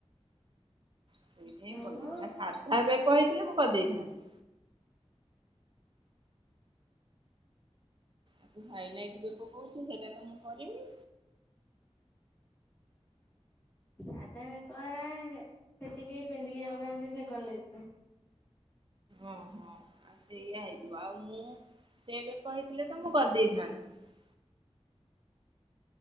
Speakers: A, on the right (about 45°); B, on the left (about 20°).
A: ସେଇଥି ପାଇଁ
B: ହଁ
A: କଲି
B: ମ
A: ଆ ସାଧା ବେକ ହେଇଥିଲେ। ମୁଁ କରିଦେଇଥାନ୍ତି। ଆଉ ତୁ ହାଇ ନାଇିକ ବେକ କହୁଛୁ ସେଇଟା ତ ମୁଁ କରିନି।
B: ସାଧା ବେକ ବାଲା ସେ ସେଠି କେହି ପିନ୍ଧିକି ଯାଉନାହାନ୍ତି ସେ କଲେଜକୁ।
A: ଓ ହୋ। ଆ ସେଇଆ ହେଇଥିବ ଆଉ ମୁଁ ସେ ବେକ ହେଇଥିଲେ ତ ମୁଁ କରିଦେଇଥାନ୍ତି।